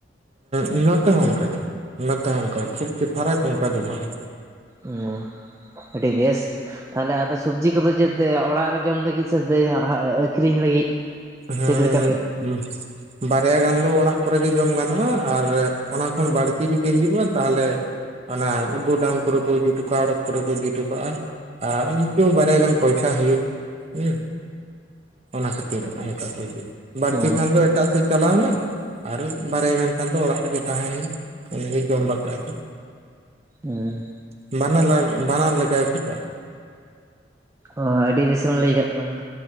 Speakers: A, on the right; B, on the right.
A: ᱩᱸ ᱱᱚᱛᱮ ᱦᱚᱸ ᱚᱱᱠᱟ ᱜᱮ ᱱᱟᱹᱛᱮ ᱦᱚᱸ ᱚᱱᱠᱟᱮ ᱠᱷᱩᱵ ᱜᱮ ᱯᱷᱟᱨᱟᱠ ᱚᱱᱠᱟ ᱫᱚ ᱵᱟᱝᱼᱟ᱾
B: ᱩᱸᱟᱸ, ᱟᱹᱰᱤ ᱵᱮᱥ᱾ ᱛᱟᱦᱚᱞᱮ ᱟᱫᱚ ᱥᱚᱵᱡᱤ ᱠᱚᱫᱚ ᱪᱮᱫᱛᱮ, ᱚᱲᱟᱜ ᱨᱮ ᱡᱚᱢ ᱞᱟᱹᱜᱤᱫ ᱥᱮ ᱟᱹᱠᱷᱨᱤᱧ ᱞᱟᱹᱜᱤᱫ?
A: ᱦᱮᱸᱻ
B: ᱪᱮᱫ ᱞᱮᱠᱟ ᱯᱮ
A: ᱩᱸ᱾ ᱵᱟᱨᱭᱟ ᱜᱟᱱ ᱫᱚ ᱚᱲᱟᱜ ᱠᱚᱨᱮᱜᱮ ᱡᱚᱢ ᱜᱟᱱᱚᱜᱼᱟ᱾ ᱟᱨ ᱚᱱᱟ ᱠᱷᱚᱱ ᱵᱟᱹᱲᱛᱤ ᱡᱩᱫᱤ ᱦᱳᱭᱩᱜᱼᱟ᱾ ᱛᱟᱦᱚᱞᱮ ᱚᱱᱟ ᱜᱳᱰᱟᱩᱱ ᱠᱚᱨᱮ ᱠᱚ ᱤᱫᱤ ᱦᱚᱴᱚ ᱠᱟᱜᱼᱟ ᱟᱲᱚᱛ ᱠᱚᱨᱮ ᱠᱚ ᱤᱫᱤ ᱦᱚᱴᱚ ᱠᱟᱜᱼᱟ᱾ ᱟᱨ ᱩᱱᱤ ᱫᱚ ᱵᱟᱨᱭᱟ ᱜᱟᱱ ᱯᱚᱭᱥᱟ ᱦᱩᱭᱩᱜ ᱦᱩᱸ, ᱚᱱᱟ ᱠᱷᱟᱹᱛᱤᱨ᱾ ᱯᱚᱭᱥᱟ ᱠᱚ ᱦᱚᱭᱚᱜ, ᱵᱟᱲᱛᱤ
B: ᱚ
A: ᱠᱷᱟᱱ ᱫᱚ ᱮᱴᱟᱜ ᱥᱮ ᱪᱟᱞᱟᱣᱱᱟ᱾ ᱟᱨ ᱩ ᱵᱟᱨᱭᱟ ᱜᱟᱱ ᱠᱷᱟᱱ ᱫᱚ ᱚᱲᱟᱜ ᱨᱮᱜᱮ ᱛᱟᱦᱮᱭᱮᱱᱟ, ᱤᱱᱟᱹ ᱜᱮ ᱡᱚᱢ ᱵᱟᱠᱷᱨᱟ ᱜᱮ᱾
B: ᱦᱮᱸ᱾
A: <unintelligible> ᱵᱟᱱᱟᱨ ᱞᱮᱠᱟ ᱜᱮ ᱠᱚ ᱪᱟᱥᱼᱟ᱾
B: ᱚ ᱟᱹᱰᱤ ᱵᱮᱥ ᱮᱢ ᱞᱟᱹᱭ ᱠᱟᱫ ᱛᱟᱞᱟᱝᱼᱟ᱾